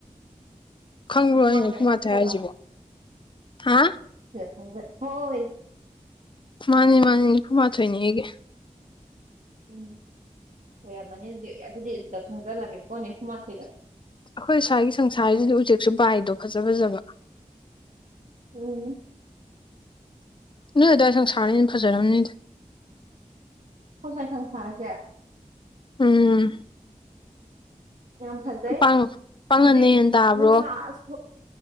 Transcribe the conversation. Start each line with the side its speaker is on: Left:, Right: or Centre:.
Left: ꯈꯪꯕ꯭ꯔꯣ
Right: <unintelligible>
Left: ꯑꯩ
Right: ꯑꫭ
Left: ꯅꯤꯐꯨꯃꯥꯊꯣꯏ
Right: ꯅꯤꯐꯨꯃꯥꯊꫭꯏꯗ
Left: ꯍꯥꯏꯁꯤꯕꯣ ꯍꯥ
Right: ꯍꫭꯡꯖ ꯍꫭꯏ
Left: ꯃꯥꯅꯤ ꯃꯥꯅꯤ ꯅꯤꯐꯨ ꯃꯥꯊꯣꯏꯅꯤ ꯑꯩꯒꯤ
Right: ꯎꯝ ꯑꫭꯏꯔꯝꯃꯅꯤ ꯑꯗꯨꯗꯤ ꯑꯗꯨꯗꯤ ꯑꯗꯨꯗ ꯈꯪꯖꯜꯂꯒꯦꯀꯣ ꯅꯤꯐꯨꯃꯥꯊꯣꯏꯗ
Left: ꯑꯩꯈꯣꯏ ꯁ꯭ꯋꯥꯏꯒꯤ ꯁꯪꯁꯥꫪꯁꯤꯗꯤ ꯎꯆꯦꯛꯁꯨ ꯄꯥꯏꯗꯣ ꯐꯖ ꯐꯖꯕ
Right: ꯎꯝ
Left: ꯅꯣꯏ ꯑꯗꯥꯏ ꯁꯪꯁꯥꯔꯤꯅ ꯐꯖꯔꯝꯅꯤꯗ
Right: ꯈꫭꯏ ꯁꯥꯏ ꯁꯪꯁꯥꫪꯁꯦ
Left: ꯎꯝ
Right: ꯌꯥꯝ ꯐꯖꯩ
Left: ꯄꯥꯡ ꯄꯥꯡꯒꯟꯅ
Right: ꯍꯧꯖꯤꯛ
Left: ꯍꯦꯟ ꯇꯥꯕ꯭ꯔꯣ
Right: ꯅꯨꯡꯁꯥ ꯑꯁ